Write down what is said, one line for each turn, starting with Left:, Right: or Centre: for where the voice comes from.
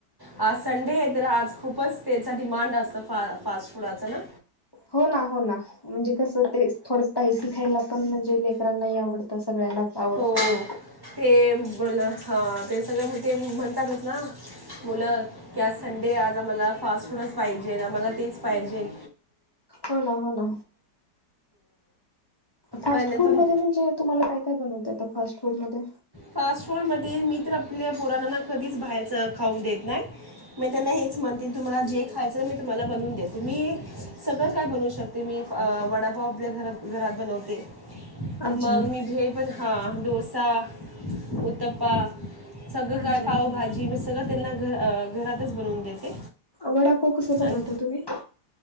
Right: आज संडे आहे तर, आज खूपच त्याचा डिमांड असत फा- फास्ट फूडाचा ना!
Left: हो नां हो नां, म्हणजे कस ते थोडं स्पायसी खायला पण म्हणजे लेकरांनाही आवडत असत- सगळ्यांनाच आवडतो
Right: हो
Left: ना.
Right: ते बोल हां ते सगळं मिट ते म्हणतातच ना, मुलं की आज संडे आज आम्हाला फास्ट फूडच पाहिजे, आम्हाला तेच पाहिजे.
Left: हों ना हों ना, फास्ट
Right: पण
Left: फूड
Right: तुम
Left: मधे म्हणजे तुम्हाला काय- काय बनवता येत फास्ट फूड मध्ये
Right: फास्ट फूड मध्ये मी तर आपल्या पुराणांना कधीच बाहेरच खाऊन देत नाही मी त्यांना हेच म्हणते तुम्हाला जे खायचं मी तुम्हाला बनवून देते मी सगळं काय बनवू शकते मी वडापाव आपल्या घर घरात बनवते
Left: अच्छा
Right: मग ने भेळ पण हां डोसा उत्तप्पा सगळं
Left: अच्छा
Right: काय
Left: अच्छा
Right: पावभाजी मी सगळं त्यांना घर घरातच बनवून देते
Left: वडापाव कस बनवता
Right: आणि
Left: तुम्ही